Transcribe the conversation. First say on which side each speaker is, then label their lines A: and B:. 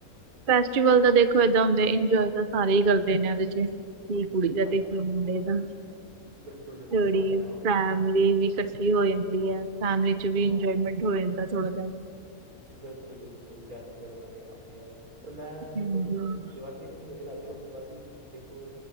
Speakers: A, on the right (about 45°); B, on the right (about 80°).
A: ਫੈਸਟੀਵਲ ਤਾਂ ਦੇਖੋ ਏਦਾਂ ਹੁੰਦਾ ਇੰਜੋਏ ਤਾਂ ਸਾਰੇ ਹੀ ਕਰਦੇ ਨੇ ਉਹਦੇ ਚ ਕੀ ਕੁੜੀ ਦਾ
B: ਹਾਂਜੀ
A: ਤੇ ਕੀ
B: ਹਾਂ।
A: ਮੁੰਡੇ ਦਾ <unintelligible>
B: ਬਿਲਕੁਲ ਬਿਲਕੁਲ ਸਾਰੇ ਹਾਂ
A: ਫੈਮਲੀ ਵੀ ਇਕੱਠੀ ਹੋ ਜਾਂਦੀ ਹੈ ਫੈਮਿਲੀ ਚ
B: ਹਾਂ
A: ਵੀ ਇੰਜੋਏਮੈਂਟ ਹੋ ਜਾਂਦਾ ਥੋੜਾ ਜਿਹਾ।
B: ਬਿਲਕੁਲ ਜੀ ਬਿਲਕੁਲ ਵਿਸ ਵਗੈਰਾ ਨਵੇਂ ਆਉਂਦੇ ਆ ਪਰ ਮੈਂ
A: ਹਾਂਜੀ
B: ਦੇਖੋ ਜੀ ਦੀਵਾਲੀ ਮੈਨੂੰ ਵਧੀਆ ਲੱਗਦੀ। ਦੀਵਾਲੀ ਦੇਖੋ